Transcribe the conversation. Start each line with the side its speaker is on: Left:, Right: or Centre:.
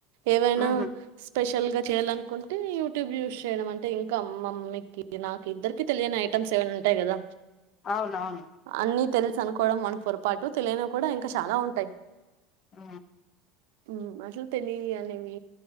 Right: ఏవైనా
Left: ఉహు
Right: స్పెషల్ గా చేయాలనుకుంటే యూట్యూబ్ యూస్ చేయడం అంటే ఇంకా మమ్మీకి నాకు ఇద్దరికి తెలియని ఐటమ్స్ ఏవైనా ఉంటాయి కదా
Left: అవునవును
Right: అన్నీ తెలుసు అనుకోవడం మన పొరపాటు తెలియనవి కూడా ఇంకా చాలా ఉంటాయి
Left: ఆ
Right: మ్ అసలు తెలియన్యి అనేవి